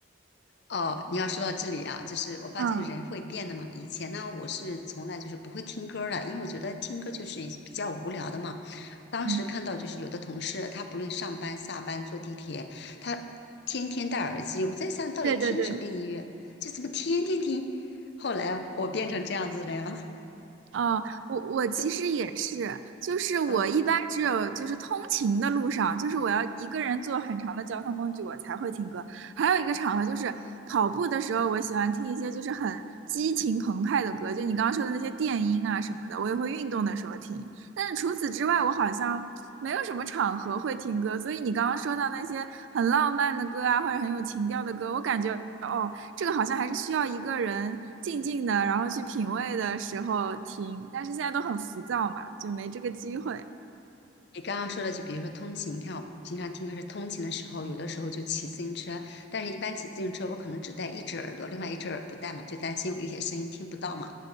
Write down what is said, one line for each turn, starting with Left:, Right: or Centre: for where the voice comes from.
Left: 哦，你要说到这里啊，就是我发现人会变的嘛。
Right: 嗯
Left: 以前呢，我是从来就是不会听歌儿的，因为我觉得听歌就是一比较无聊的嘛。当时看到就是有的同事，
Right: 嗯。
Left: 他不论上班、下班、坐地铁，他天天戴耳机。我在想，到底听什么音乐？
Right: 对对对。
Left: 就怎么天天听？后来我变成这样子的人了，
Right: 哦，我我其实也是，
Left: <laughs> 这
Right: 就是我一般只有就是通勤的路上，
Left: 嗯。
Right: 就是我要一个人坐很长的交通工具，我才会听歌。还有一个场合就是跑步的时候，我喜欢听一些就是很激情澎湃的歌，就你刚刚说的那些电音啊什么的，我也会运动的时候听。但是除此之外，我好像没有什么场合会听歌，所以你刚刚说到那些很浪漫的歌啊，或者很有情调的歌，我感觉。哦。这个好像还是需要一个人静静的，然后去品味的时候听，但是现在都很浮躁嘛，就没这个机会。
Left: 你刚刚说的，就比如说通勤，你看我平常听歌是通勤的时候，有的时候就骑自行车，但是一般骑自行车我可能只戴一只耳朵，另外一只耳不戴嘛，就担心有些声音听不到嘛。